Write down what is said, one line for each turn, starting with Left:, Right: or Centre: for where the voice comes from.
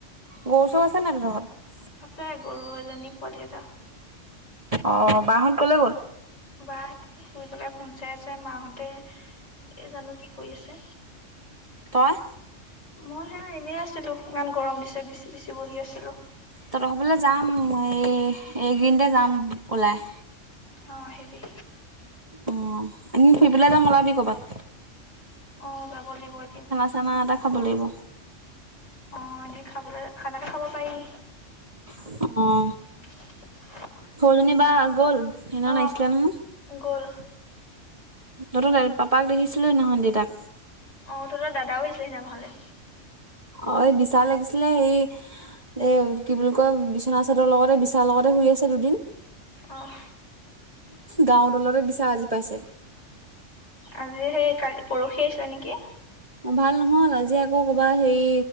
Right: গৰু চৰু আছে নাই তহঁতৰ ঘৰত
Left: আছে গৰু এজনী পোৱালি এটা
Right: অ বা হত কলৈ গ'ল।
Left: বা শুই পেলাই ফোন চাই আছে মাহঁতে এই জানো কি কৰি আছে।
Right: তই,
Left: মই সে এনেই আছিলো ইমান গৰম দিছে বিচি বিচি বহি আছিলো।
Right: তহঁতৰ ঘৰৰ ফালে যাম এই এইগিদিনতে যাম ওলাই
Left: অ আহিবি।
Right: অ এনে ফুৰিবলে যাম ওলাবি ক'বাত
Left: অ যাব লাগিব এদিন।
Right: চানা এটা খাব লাগিব,
Left: অ এদিন খাবলৈ খানাতো খাব পাৰি
Right: অ
Left: <unintelligible>
Right: সৰুজনী বা গ'ল সেইদিনাখন
Left: অ
Right: আহিছিলে নহয়
Left: গ'ল
Right: নতুন পাপাক দেখিছিলো সেইদিনাখন দেতাক
Left: অ তহতৰ দাদাও আহিছিলি সিদিনা ঘৰলে।
Right: অ এই বিচা লাগিছিলে হেৰী এ কি বুলি কয় বিচনা চাদৰ লগতে বিচাৰ লগতে শুই, আছে দুদিন
Left: অহ
Right: গাও তলতে বিচা আজি পাইছে
Left: আজি সেই কালি পৰহি আছিলে নেকি
Right: ভাল নহ'ল আজি আকৌ ক'বা হেৰি